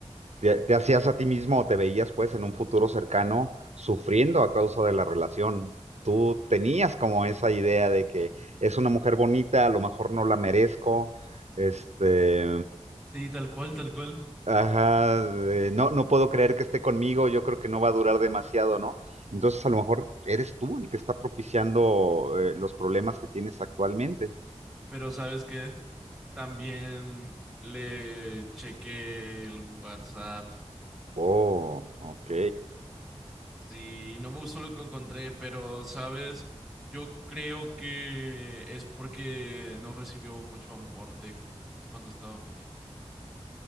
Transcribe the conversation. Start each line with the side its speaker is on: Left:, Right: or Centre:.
Right: te, te hacías a ti mismo o te veías pues en un futuro cercano sufriendo a causa de la relación. Tú tenías como esa idea de que es una mujer bonita, a lo mejor no la merezco, este,
Centre: Sí, tal cual, tal cual.
Right: Ajá, de, no, no puedo creer que esté conmigo, yo creo que no va a durar demasiado, ¿no? Entonces a lo mejor eres tú el que está propiciando eh, los problemas que tienes actualmente.
Centre: Pero ¿sabes qué? También le chequé el WhatsApp.
Right: Oh, ok.
Centre: Sí, no me gustó lo que encontré, pero ¿sabes? Yo creo que es porque no recibió mucho amor de pues cuando estaba pequeña, ¿sabes?